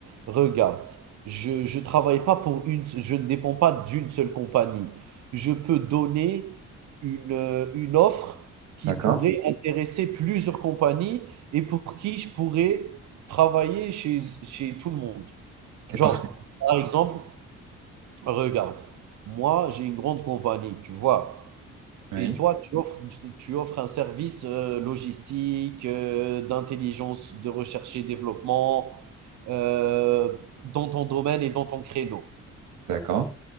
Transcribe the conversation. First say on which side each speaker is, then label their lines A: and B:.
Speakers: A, on the right; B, on the right.
A: regarde, je je travaille pas pour une je ne dépends pas d'une seule compagnie. Je peux donner une, heu, une offre qui
B: D'accord.
A: pourrait intéresser plusieurs compagnies et pour qui je pourrais travailler chez chez tout le monde.
B: C'est
A: Genre,
B: parfait.
A: par exemple, regarde, moi, j'ai une grande compagnie, tu vois?
B: Oui.
A: Et toi, tu offres, tu offres un service euh, logistique, euh, d'intelligence, de recherche et développement euh, dans ton domaine et dans ton créneau.
B: D'accord.